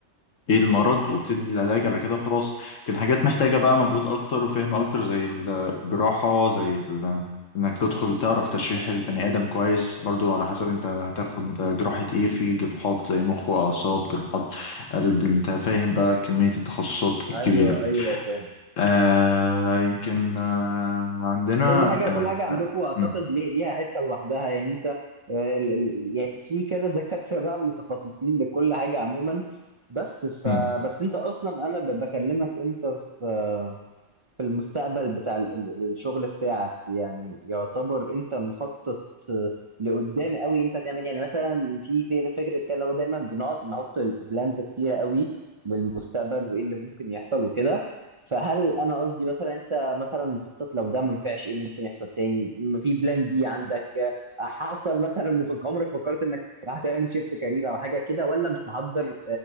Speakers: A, on the left (about 80°); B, on the right (about 45°).
A: ايه المرض وبتدي العلاج على كده خلاص لكن حاجات محتاجة بقى مجهود اكتر وفهم اكتر زي الجراحة زي ال... انك تدخل تعرف تشريح البني ادم كويس برضو على حسب انت هتاخد جراحة ايه في جراحات زي مخ واعصاب جراحات قلب انت فاهم بقى كمية التخصصات الكبيرة
B: ايوه ايوه فاهم
A: آه يمكن آه عندنا
B: كل حاجه
A: آه
B: كل حاجه عندكم
A: آه،
B: اعتقد
A: م-
B: ليه ليها حته لوحدها يعني انت آه، ال- ال- يعني في كذا دكاتره بقى متخصصين لكل حاجه عموما بس ف
A: م.
B: بس انت اصلا انا ب- بكلمك انت في آه، في المستقبل بتاع ال- ال- الشغل بتاعك يعني يعتبر انت مخطط آه، لقدام قوي انت هتعمل إيه؟ يعني مثلا في في فكره كده اللي هو دايما بنقعد نحط بلانز كتيره قوي للمستقبل وايه اللي ممكن يحصل وكده فهل انا قصدي مثلا انت مثلا مخطط لو ده ما نفعش ايه اللي ممكن يحصل تاني م- في بلان دي عندك آه، حصل مثلا في عمرك فكرت انك هتعمل شيفت كارير او حاجه كده ولا مش محضر